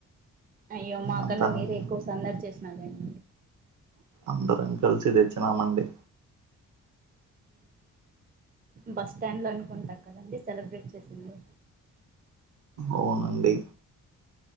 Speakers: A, on the right (about 30°); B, on the right (about 65°).
A: అయ్యో మా
B: అంతరం
A: కన్న మీరే ఎక్కువ సందడి చేసినారులేండి
B: అందరంకుల్స్ దే చ్చినమండి
A: బస్ స్టాండ్ లో అనుకుంటా కదండి సెలబ్రేట్ చేసింది
B: అవునండి